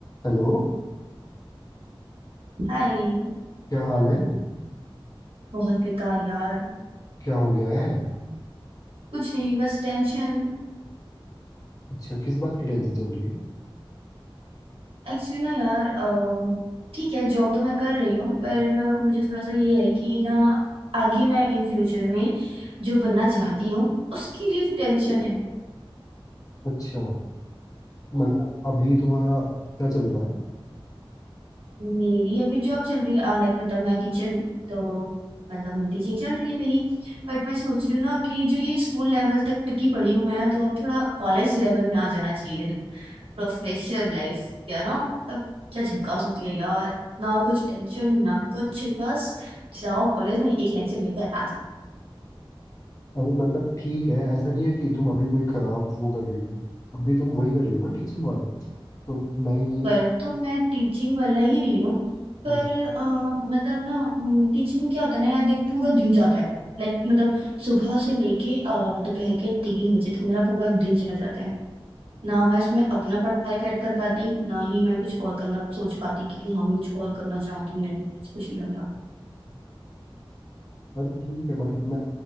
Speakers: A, on the left; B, on the right.
A: Hello
B: हाय
A: क्या हाल है
B: बहुत बेकार यार
A: क्या हो गया है
B: कुछ नहीं बस टेंशन
A: अच्छा किस बात की टेंशन चल रही है
B: एक्चुअली ना यार अम, ठीक है जॉब तो मैं कर रही हूँ पर अ, मुझे थोड़ा सा ये है कि ना आगे मैं इन फ्यूचर में जो बनना चाहती हूँ उसके लिए भी टेंशन है
A: अच्छा मतलब
B: हम्म,
A: अभी तुम्हारा क्या चल रहा है
B: मेरी अभी जॉब चल रही है लाइक मतलब मैं टीचर हूँ तो मतलब मैं टीचिंग चल रही है मेरी बट मैं सोच रही हूँ ना कि जो ये स्कूल लेवल तक टिकी पड़ी हूँ मैं तो अब थोड़ा कॉलेज लेवल में आ जाना चाहिए प्रोफेशनल लाइफ क्या ना तब क्या झकास होती है यार ना कुछ टेंशन ना कुछ बस जाओ कॉलेज में एक लेक्चर लेकर आ जाओ
A: अरे मतलब ठीक है ऐसा नहीं है कि तुम अभी कोई खराब वो कर रही हो अभी तुम वही कर रही हो ना टीचिंग वाला तो मैं ये
B: पर तो मैं टीचिंग वाला ही रही हूँ पर
A: हाँ
B: अ, मतलब ना टीचिंग में क्या होता है ना यार देख पूरा दिन जाता है लाइक मतलब सुबह से लेके अ, दोपहर के तीन बजे तक मेरा पूरा दिन चला जाता है ना मैं उसमें अपना पढ़ाई पर कर पाती ना ही मैं कुछ और करना सोच पाती कि हाँ मैं कुछ और करना चाहती हूँ नहीं कुछ नहीं होता
A: अरे ठीक है मतलब मैं